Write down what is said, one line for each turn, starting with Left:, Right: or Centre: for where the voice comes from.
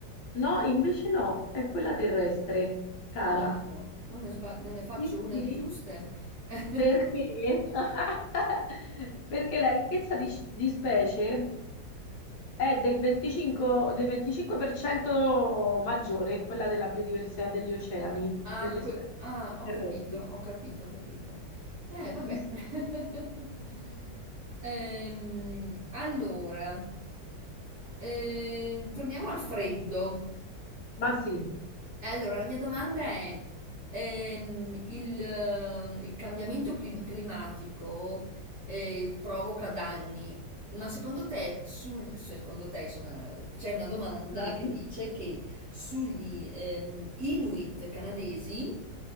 Left: No, invece no, è quella terrestre, cara.
Right: Oh, non ne sbag- non ne faccio
Left: Sì,
Right: una
Left: sì,
Right: di giuste. <laughs>
Left: perché? <laughs> Perché la ricchezza di, di specie è del 25, del 25% maggiore, quella della biodiversità degli oceani,
Right: Ah,
Left: delle
Right: que-
Left: specie
Right: ah, ho
Left: terrestri.
Right: capito, ho capito, ho capito. Eh, vabbè.
Left: Sì, sì.
Right: <laughs> Ehm, allora, ehm, torniamo al freddo.
Left: Ma sì.
Right: E Allora, la mia domanda è, ehm, il, ehm, il cambiamento plim- climatico eh, provoca danni, ma secondo te, sul- secondo te, insomma, c'è una domanda
Left: Mhm.
Right: che dice che sugli ehm, Inuit canadesi,